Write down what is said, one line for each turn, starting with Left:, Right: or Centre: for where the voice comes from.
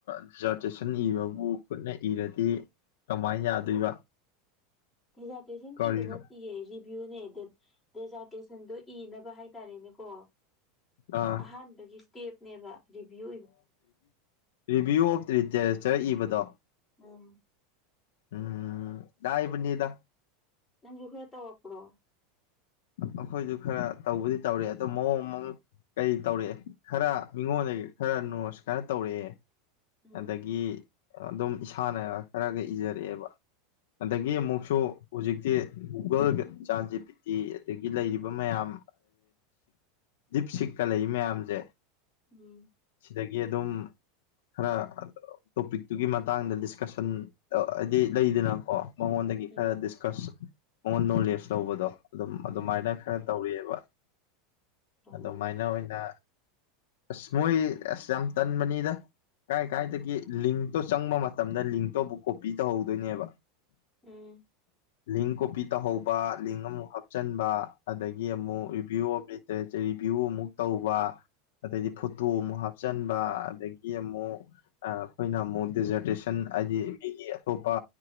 Left: ꯗꯤꯖꯥꯔꯇꯦꯁꯟ ꯏꯕꯕꯨ ꯈꯨꯠꯅ ꯏꯔꯗꯤ ꯀꯃꯥꯏꯅ ꯌꯥꯗꯣꯏꯕ
Centre: ꯖꯥꯇꯦꯁꯟ
Left: ꯀꯔꯤꯅꯣ
Centre: ꯏꯕ ꯅꯠꯇꯤꯌꯦ ꯚꯌꯨꯅꯦ ꯗꯦꯖꯥꯇꯦꯁꯟꯗꯣ ꯏꯅꯕ ꯍꯥꯏꯇꯥꯔꯦꯅꯦꯀꯣ
Left: ꯑꯥ
Centre: ꯑꯍꯥꯟꯕꯒꯤ ꯏꯁꯇꯦꯞꯅꯦꯕ ꯚ꯭ꯌꯨ
Left: ꯔꯤꯚꯤꯌꯨ ꯑꯣꯐ ꯂꯤꯇꯔꯦꯆꯔ ꯏꯕꯗꯣ
Centre: ꯎꯝ
Left: ꯎꯝ ꯗꯥꯏꯕꯅꯤꯗ
Centre: ꯅꯪ ꯁꯨꯨ ꯍꯦ ꯇꯧ ꯑꯣꯄ꯭ꯔꯣ
Left: ꯑꯩꯈꯣꯏꯁꯨ ꯈꯔ ꯇꯧꯕꯗꯤ ꯇꯧꯔꯦ ꯑꯗꯣ ꯃꯑꯣꯡ ꯑꯃ ꯀꯔꯤ ꯇꯧꯔꯛꯦ ꯈꯔ ꯃꯤꯉꯣꯟꯗꯒꯤ ꯈꯔ ꯅꯣꯁ ꯈꯔ ꯇꯧꯔꯛꯑꯦ
Centre: ꯎꯝ
Left: ꯑꯗꯒꯤ ꯑꯗꯨꯝ ꯏꯁꯥꯅ ꯈꯔꯒ ꯏꯖꯔꯛꯑꯦꯕ ꯑꯗꯒꯤ
Centre: ꯎꯝ
Left: ꯑꯃꯨꯛꯁꯨ ꯍꯧꯖꯤꯛꯇꯤ ꯒꯨꯒꯜꯒ ꯆꯦꯠꯖꯤ ꯄꯤꯇꯤ ꯑꯗꯒꯤ ꯂꯩꯔꯤꯕ ꯃꯌꯥꯝ ꯗꯤꯞ ꯁꯤꯛꯀ ꯂꯩ ꯃꯌꯥꯝꯁꯦ
Centre: ꯎꯝ
Left: ꯁꯤꯗꯒꯤ ꯑꯗꯨꯝ ꯈꯔ ꯇꯣꯄꯤꯛꯇꯨꯒꯤ ꯃꯇꯥꯡꯗ ꯗꯤꯁꯀꯁꯟ ꯍꯥꯏꯗꯤ ꯂꯩꯗꯅꯀꯣ ꯃꯉꯣꯟꯗꯒꯤ
Centre: ꯎꯝ
Left: ꯈꯔ ꯗꯤꯁꯀꯁ ꯃꯉꯣꯟꯗ ꯅꯣꯂꯦꯖ ꯂꯧꯕꯗꯣ ꯑꯗꯨꯝ ꯑꯗꯨꯃꯥꯏꯅ
Centre: ꯎꯝ
Left: ꯈꯔ ꯇꯧꯔꯤꯑꯦꯕ
Centre: ꯑꯣ
Left: ꯑꯗꯨꯃꯥꯏꯅ ꯑꯣꯏꯅ ꯑꯁ ꯃꯣꯏ ꯑꯁ ꯌꯥꯝ ꯇꯟꯕꯅꯤꯗ ꯀꯥꯏ ꯀꯥꯏꯗꯒꯤ ꯂꯤꯡꯇꯣ ꯆꯪꯕ ꯃꯇꯝꯗ ꯂꯤꯡꯇꯣ ꯑꯃꯨꯛ ꯀꯣꯄꯤ ꯇꯧꯍꯧꯗꯣꯏꯅꯦꯕ
Centre: ꯎꯝ
Left: ꯂꯤꯡ ꯀꯣꯄꯤ ꯇꯧꯍꯧꯕ ꯂꯤꯡ ꯑꯃꯨꯛ ꯍꯥꯞꯆꯟꯕ ꯑꯗꯒꯤ ꯑꯃꯨꯛ
Centre: ꯎꯝ
Left: ꯔꯤꯚꯤꯌꯨ ꯑꯃ ꯔꯤꯚꯤꯌꯨ ꯑꯃꯨꯛ ꯇꯧꯕ ꯑꯗꯗꯤ
Centre: ꯎꯝ
Left: ꯐꯣꯇꯣ ꯑꯃꯨꯛ ꯍꯥꯞꯆꯟꯕ ꯑꯗꯒꯤ ꯑꯃꯨꯛ ꯑꯩꯈꯣꯏꯅ ꯑꯃꯨꯛ ꯗꯦꯖꯔꯇꯦꯁꯟ ꯍꯥꯏꯗꯤ ꯃꯤꯒꯤ ꯑꯇꯣꯞꯄ